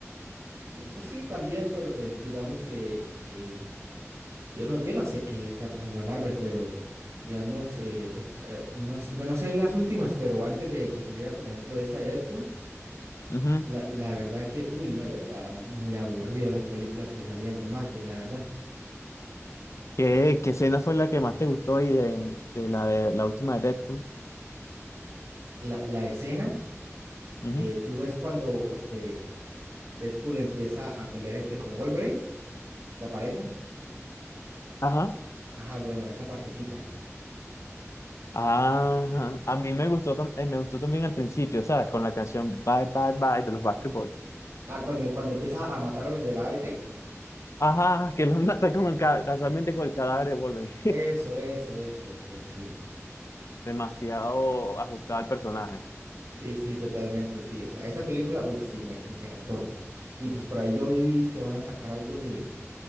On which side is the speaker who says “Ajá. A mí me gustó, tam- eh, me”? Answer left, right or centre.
Left